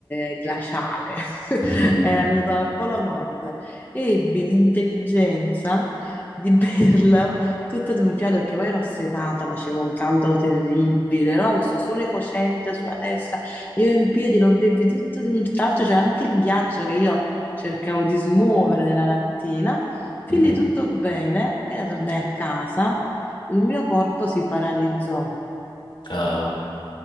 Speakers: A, on the left; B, on the left.
A: eh, glaciale, <laughs>
B: <laughs>
A: era venuto dal Polo Nord, ebbi l'intelligenza di berlo tutto di un fiato, perché poi ero assetata, faceva un caldo terribile, no? Questo sole cocente sulla testa, io in piedi lo bevi tutto di un... Tra l'altro c'era anche il ghiaccio che io cercavo di smuovere nella lattina, fin
B: Mhm.
A: lì tutto bene, appena tornai a casa il mio corpo si paralizzò
B: Ah,